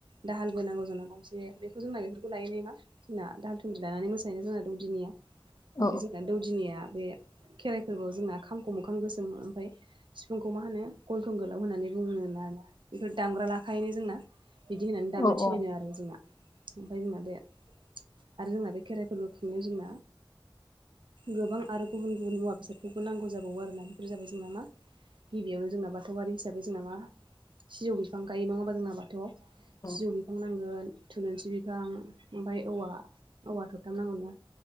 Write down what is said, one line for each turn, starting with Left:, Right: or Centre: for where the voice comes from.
Right: दाहालबो नांगौ जोंना गंसे बेखौ जोंना बेफोरखौ लायै लायै मा जोंना दाहाल थुंग्रि लानानै मोसानाय जोंना दौदिनिया
Left: औ
Right: ओमफ्राय
Left: औ
Right: जोंना दौदिनिया बे खेराइ फोरबोयाव जोंना खामखौ मोखां गोसोम ओमफ्राय सिफुंखौ मा होनो गन्थं गोलाव होननानै बुङोनो आरोना बेफोर दामग्रा लाखायनो जोंना बिदि होननानै दामनो
Left: औ
Right: थिनो
Left: औ
Right: आरो जोंना ओमफ्राय जोंना बे आरो जोंना बे खेराइफोरबो खुंनायाव जोंना गोबां आरो गुबुन गुबुन मुवा बेसादफोरबो नांगौ जाबावो आरोना बेफोर जाबाय जोंना मा गिबियावनो जोंना बाथौआरि हिसाब जोंना मा सिजौ बिफां गायो नङा होमबा जोंन बाथौआव'
Left: औ
Right: सिजौ बिफां नांगोन थुलुंसि बिफां ओमफ्राय औवा औवा थथामनांगौना